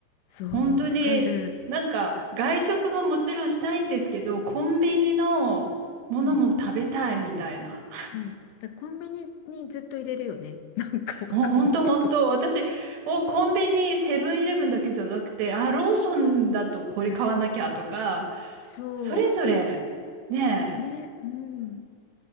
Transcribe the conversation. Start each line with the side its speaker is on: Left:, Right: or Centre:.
Left: そうわかる。
Right: 本当になんか外食ももちろんしたいんですけど、コンビニのものも食べたいみたいな。
Left: うんうん。だコンビニにずっと入れるよね。<laughs> なんかわかんないけど。
Right: もう本当本当、私、お、コンビニセブンイレブンだけじゃなくて、あ、ローソンだとこれ買わなきゃとか、
Left: あ、そ
Right: それぞれ、ねえ。
Left: うね、うん。